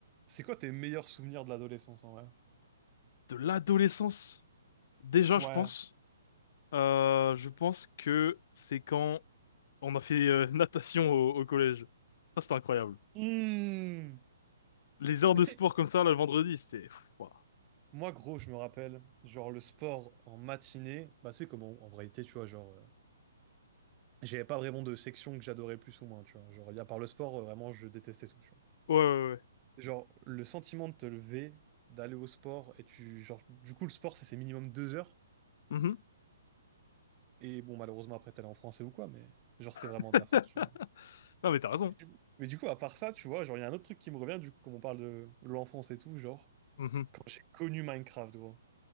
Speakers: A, on the right; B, on the left.
A: c'est quoi tes meilleurs souvenirs de l'adolescence, en vrai?
B: De l'adolescence. Déjà,
A: Ouais.
B: je pense. euh, je pense que c'est quand on a fait euh, <laughs> natation au, au collège. Ça, c'était incroyable.
A: Mmh.
B: Les heures
A: Mais
B: de
A: tu
B: sport
A: sais,
B: comme ça, là, le vendredi, c'était... pff, ouah.
A: Moi, gros, je me rappelle, genre le sport en matinée, bah c'est comme en, en réalité, tu vois, genre, euh, j'avais pas vraiment de section que j'adorais plus ou moins, tu vois. Genre, y a par le sport, euh, vraiment, je détestais tout, tu vois.
B: Ouais, ouais, ouais.
A: Genre, le sentiment de te lever, d'aller au sport, et tu, genre, du coup, le sport, c'est c'est minimum deux heures.
B: Mhm.
A: Et bon, malheureusement, après, t'allais en français ou quoi, mais genre, c'était vraiment
B: <laughs>
A: de la frappe, tu vois.
B: Non, mais t'as raison.
A: Du- Mais du coup, à part ça, tu vois, genre, il y a un autre truc qui me revient, du coup, comme on parle de l'enfance et tout, genre,
B: Mhm.
A: quand j'ai connu Minecraft, gros,